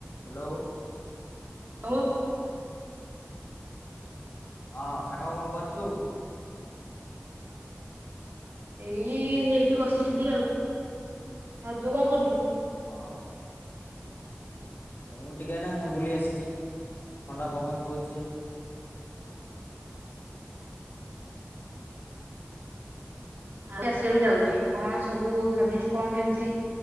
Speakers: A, on the left; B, on the right.
A: Hello
B: <inaudible>
A: ହଁ ସାଙ୍ଗ କଣ କରୁଛୁ।
B: ଏଇ ଏଇଠି ବସିଥିଲି ଆଉ ଆଉ ତୁ କଣ କରୁଛୁ।
A: ହଁ ମୁଁ ଟିକେ ନା ବୁଲି ଆସିଛି ଥଣ୍ଡା ପବନ ଦଉଛି।
B: ଆଉ ଆସିବାକୁ ଯାଉଛି କଣ ସବୁ ଭାବିଛୁ କଣ କେମିତି